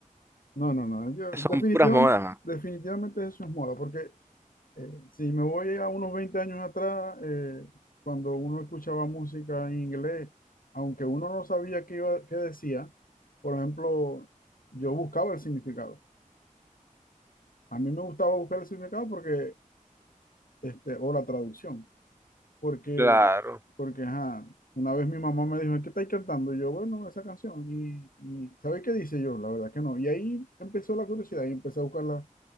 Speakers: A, on the left; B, on the right.
A: No, no, no, yo
B: son
A: definitiva-
B: puras modas. ma.
A: definitivamente eso es moda, porque Eh, si me voy a unos 20 años atrás, eh, cuando uno escuchaba música en inglés, aunque uno no sabía qué, iba- qué decía, por ejemplo, yo buscaba el significado. A mí me gustaba buscar el significado porque, este, o la traducción, porque,
B: Claro,
A: porque, ajá, una vez mi mamá me dijo, ¿qué estáis cantando? Y yo, bueno, esa canción. Y, y ¿sabéis qué dice yo? La verdad que no. Y ahí empezó la curiosidad y empecé a buscar la-